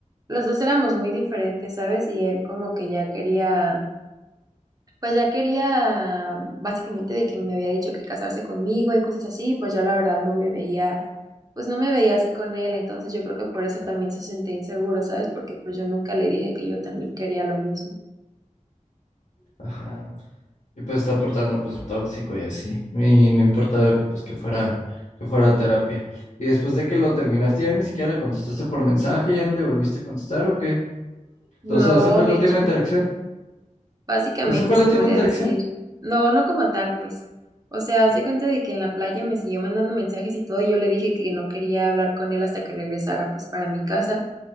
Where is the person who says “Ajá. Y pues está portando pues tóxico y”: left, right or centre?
Left